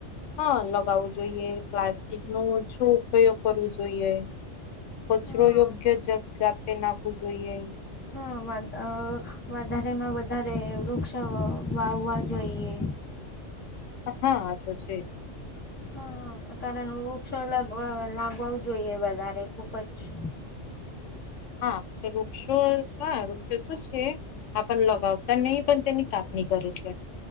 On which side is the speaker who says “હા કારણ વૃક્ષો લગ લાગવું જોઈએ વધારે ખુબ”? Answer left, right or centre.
Left